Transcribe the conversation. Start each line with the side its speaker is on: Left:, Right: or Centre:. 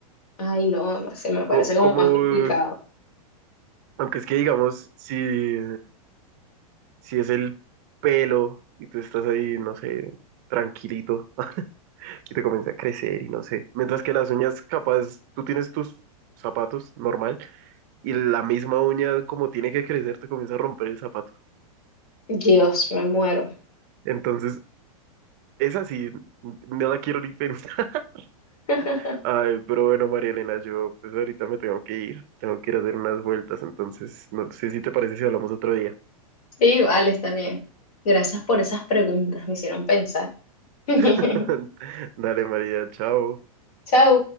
Left: Ay, no, no sé,
Right: <laughs>
Left: me parece como
Right: ¿Cómo,
Left: más complicado.
Right: Aunque es que digamos, si, si es el pelo y tú estás ahí, no sé, tranquilito <laughs> y te comienza a crecer y no sé. Mientras que las uñas, capaz, tú tienes tus zapatos normal y la misma uña como tiene que crecer te comienza a romper el zapato.
Left: Dios, me muero.
Right: Entonces, es así, no la quiero ni pensar.
Left: <laughs>
Right: <laughs> Ay, pero bueno, María Elena, yo pues ahorita me tengo que ir, tengo que ir a hacer unas vueltas, entonces no sé si te parece si hablamos otro día.
Left: Sí, vale, está bien. Gracias por esas preguntas, me hicieron pensar.
Right: <laughs>
Left: <laughs>
Right: Dale, María, chao.
Left: Chau.